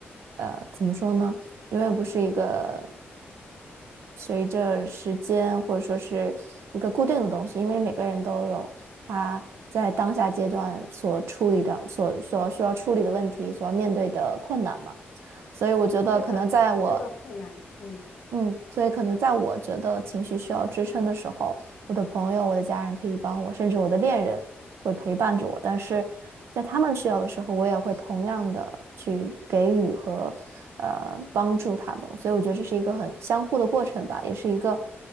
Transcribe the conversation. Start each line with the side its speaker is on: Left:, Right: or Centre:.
Right: 呃怎么说呢？永远不是一个随着时间或者说是一个固定的东西，因为每个人都有他在当下阶段所处理的、所所需要处理的问题，所要面对的困难嘛。所以我觉得，
Left: 是的，
Right: 可能在我
Left: 你这个困难，嗯。
Right: 嗯，所以可能在我觉得情绪需要支撑的时候，我的朋友、我的家人可以帮我，甚至我的恋人会陪伴着我。但是在他们需要的时候，我也会同样的去给予和呃帮助他们。所以我觉得这是一个很相互的过程吧，也是一个